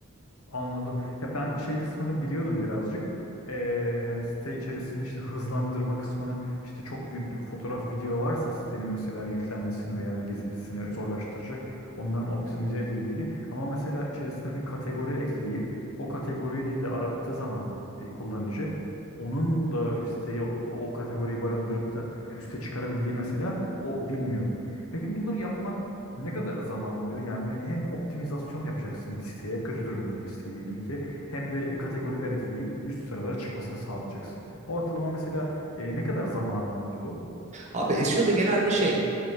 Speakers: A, on the left (about 80°); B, on the right (about 35°).
A: Anladım. Ya ben şey kısmını biliyordum birazcık. Ee, yani site içerisinde işte hızlandırma kısmını işte çok büyüklü bir fotoğraf video varsa sitenin mesela yüklenmesini veya gezintisini zorlaştıracak onların optimize edildiğini ama mesela içerisine bir kategori ekleyip o kategoriyi de arattığı zaman e, kullanıcı onun da isteği o, o kategoriyi barındırıp da üste çıkarabildiğini mesela o bilmiyordum. Peki bunları yapmak ne kadar zaman alıyor? Yani yani hem optimizasyon yapacaksın bir siteye, kötü durumdaki bir site diyelim ki, hem de kategoriler ekleyip üst sıralara çıkmasını sağlayacaksın. Ortalama mesela e, ne kadar zamanını alır bu?
B: Abi SEO'da genelde şey